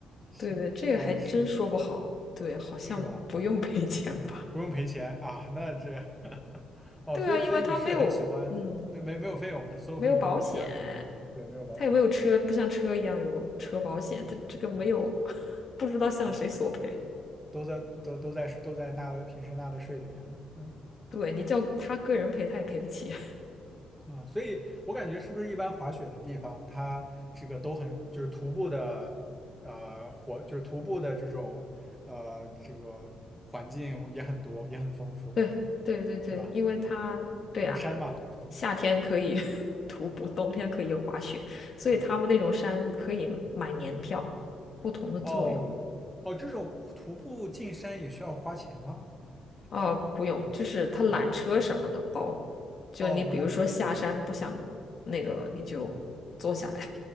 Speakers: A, in the centre; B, on the left.
A: 行，
B: 对对，这个还真说不好。
A: 哦，是
B: 对，好像不用赔钱吧。
A: 是吧？不用赔钱啊，那这 <laughs> 哦，
B: 对啊，
A: 所以所以你是很喜欢，
B: 因为他没有，嗯，
A: 对，没没有费用的，所有费用都是国家出，
B: 没有保险，
A: 对，没有保险。
B: 他也没有车，不像车一样有个车保险，他这个没有，
A: 嗯。
B: <laughs> 不知道向谁索赔。
A: 对。都在都都在都在纳的平时纳的税里边了，嗯
B: 对你叫他个人赔，他也赔不起。
A: 啊，所以我感觉是不是一般滑雪的地方，它这个都很就是徒步的呃活就是徒步的这种呃这个环境也很多也很丰富，
B: <laughs> 对对对对，
A: 是吧？
B: 因为他对啊，
A: 有山嘛，
B: 夏天可以 <laughs> 徒步，冬天可以滑雪，所以他们那种山可以买年票，
A: <laughs> 对，
B: 不同的作用。
A: 哦哦，这种徒步进山也需要花钱吗？还还应该是对吧？
B: 哦，不用，就是他缆车什么的包，就你比如说下山不想那个了，
A: 哦，不，缆车是没有，哦嗯
B: 你就坐下来。